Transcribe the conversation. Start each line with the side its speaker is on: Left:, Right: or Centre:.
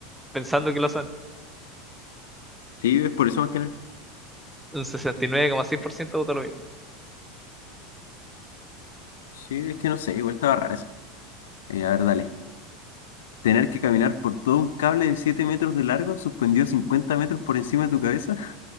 Centre: pensando que lo son.
Left: Sí, es por eso más que nada.
Centre: Un 69,6% vota lo mismo.
Left: Sí, es que no sé, igual estaba rara eso. Eh, a ver, dale. Tener que caminar por todo un cable de 7 metros de largo suspendido 50 metros por encima de tu cabeza.